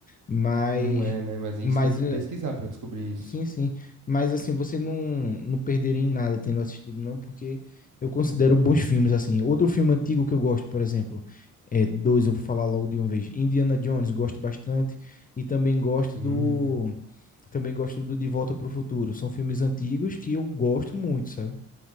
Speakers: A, on the left (about 25°); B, on the right (about 60°).
A: Mas,
B: Não é, né? Mas a gente
A: mas
B: teve que
A: eh,
B: pesquisar pra descobrir isso.
A: sim, sim. Mas assim, você não, não perderia em nada tendo assistido, não, porque eu considero bons filmes, assim. Outro filme antigo que eu gosto, por exemplo, é, dois, eu vou falar logo de uma vez. Indiana Jones, gosto bastante. E também gosto
B: Hum.
A: do. Também gosto do De Volta para o Futuro. São filmes antigos que eu gosto muito, sabe?